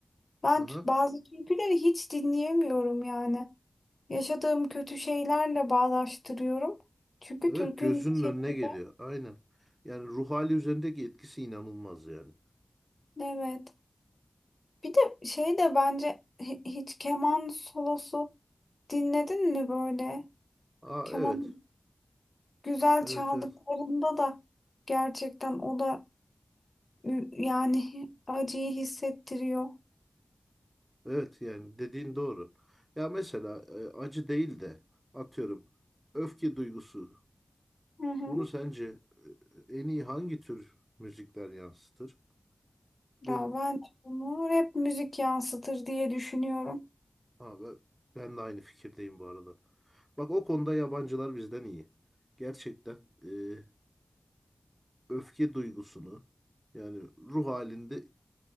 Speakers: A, on the left; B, on the right.
A: Ben
B: Aha.
A: t- bazı türküleri hiç dinleyemiyorum yani. Yaşadığım kötü şeylerle bağdaştırıyorum. Çünkü
B: Evet
A: türkünün
B: gözünün
A: şeyiyle
B: önüne geliyor. Aynen. Yani ruh hali üzerindeki etkisi inanılmaz yani.
A: evet. Bir de şey de bence hi- hiç keman solosu dinledin mi böyle?
B: Aa
A: Keman
B: evet.
A: güzel
B: Evet
A: çaldıklarında
B: evet.
A: da gerçekten o da ü- yani acıyı hissettiriyor.
B: Evet yani dediğin doğru. Ya mesela e, acı değil de atıyorum öfke duygusu.
A: Hı hı.
B: Bunu sence e, en iyi hangi tür müzikler yansıtır?
A: Ya
B: Benim
A: ben bunu rap müzik yansıtır diye düşünüyorum.
B: ha, ben, ben de aynı fikirdeyim bu arada. Bak o konuda yabancılar bizden iyi. Gerçekten e, öfke duygusunu yani ruh halinde